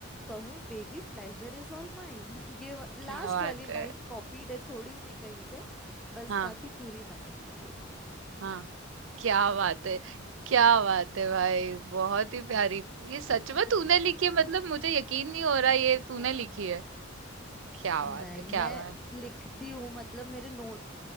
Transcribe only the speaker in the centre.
कहूँ baby pleasure is all mine <laughs> ये
लास्ट
वाली लाइन
कॉपीड है थोड़ी सी कहीं से बस
बाकी पूरी मैंने लिखी है
<laughs>
हाँ
नहीं
मैं
लिखती हूँ मतलब मेरे नोट